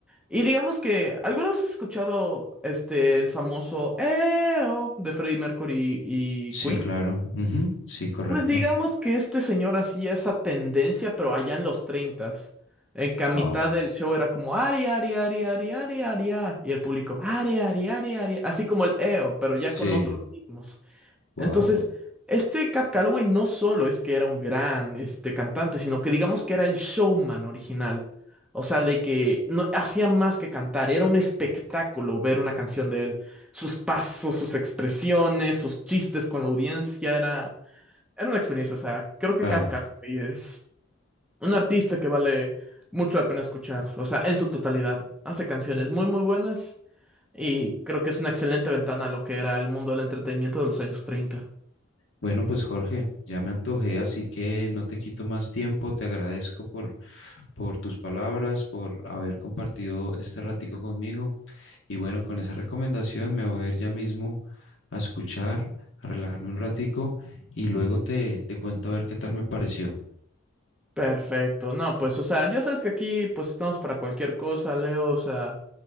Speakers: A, in the centre; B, on the left.
A: Y digamos que, ¿alguna vez has escuchado este el famoso EO de Freddie Mercury y
B: Sí,
A: Queen?
B: claro. Ujú, Sí, correcto.
A: Pues digamos que este señor hacía esa tendencia, pero allá en los 30 En que a mitad
B: Wow.
A: del show era como Ari, Ari, Ari, Ari, Ari, Ari, ah", y el público Ari, Ari, Ari, Ari, así como el EO, pero ya
B: Sí,
A: con otros ritmos.
B: wow.
A: Entonces, este Cap Calloway no solo es que era un gran este, cantante, sino que digamos que era el showman original. O sea, de que no hacía más que cantar, era un espectáculo ver una canción de él. Sus pasos, sus expresiones, sus chistes con la audiencia, era, era una experiencia. O sea, creo que
B: Claro.
A: Cap Calloway es un artista que vale mucho la pena escuchar. O sea, en su totalidad, hace canciones muy, muy buenas y creo que es una excelente ventana a lo que era el mundo del entretenimiento de los años 30.
B: Bueno, pues Jorge, ya me antojé, así que no te quito más tiempo. Te agradezco por, por tus palabras, por haber compartido este ratico conmigo. Y bueno, con esa recomendación me voy a ir ya mismo a escuchar, a relajarme un ratico y luego te, te cuento a ver qué tal me pareció.
A: Perfecto. No, pues, o sea, ya sabes que aquí, pues, estamos para cualquier cosa, Leo. O sea,